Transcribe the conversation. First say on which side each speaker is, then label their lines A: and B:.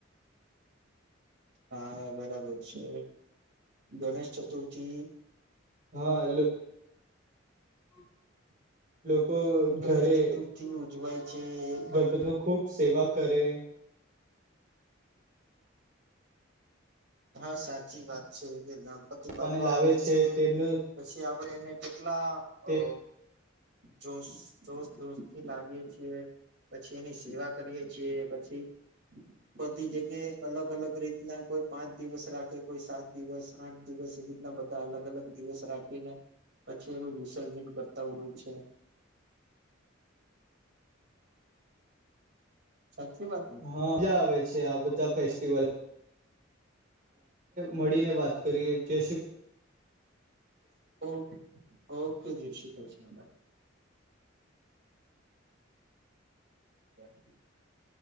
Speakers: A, on the right; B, on the right.
A: હા બરાબર છે, ગણેશ ચતુર્થી
B: હા હલો
A: <inaudible>
B: લોકો
A: ગણેશ
B: ઘરે
A: ચતુર્થી ઉજવાય છે એ પણ
B: ગણપતિ ન ખુબ સેવા કરે
A: હા સાચી વાત છ, કે ગણપતિ બાપા
B: અને લાવે
A: આવે છે
B: તેમનું
A: પછી આપણે એને કેટલા
B: તે
A: અ જોશ જોશ જોશ થી લાવીએે છીએ પછી એની સેવા કરીએે છીએ પછી બધી જગ્યા અલગ અલગ રીતના કોઈ પાંચ દિવસ રાખે કોઈ સાત દિવસ આઠ દિવસ એવીીતના બધા અલગ અલગ દિવસ રાખીને પછી એનું વિસર્જન કરતા હોય છે.
B: <inaudible>
A: સાચી વાત ને
B: હા મજા આવે છે, આ બધા ફેસ્ટિવલ મળીને વાત કરીએ જે શ
A: ઓ ઓકે જય શ્રી કૃષ્ણ. <unintelligible>